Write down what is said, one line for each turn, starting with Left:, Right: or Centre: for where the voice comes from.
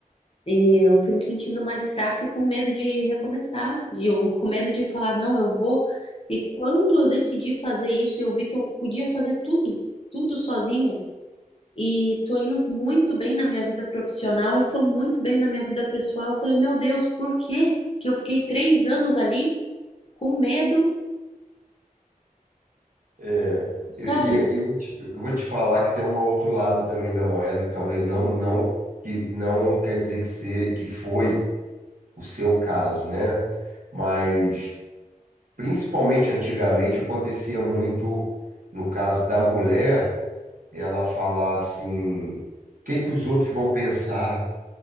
Left: Eu fui me sentindo mais fraca e com medo de recomeçar, de, ou com medo de falar, não, eu vou. E quando eu decidi fazer isso, eu vi que eu podia fazer tudo, tudo sozinha. E tô indo muito bem na minha vida profissional e tô muito bem na minha vida pessoal. Eu falei, meu Deus, por que que eu fiquei três anos ali com medo,
Right: É,
Left: sabe?
Right: e, e- e eu vou te, eu vou te falar que tem um outro lado também da moeda que talvez não não que não quer dizer que se, que foi o seu caso, né? Mas principalmente antigamente acontecia muito no caso da mulher, ela falar assim, o que que os outros vão pensar? O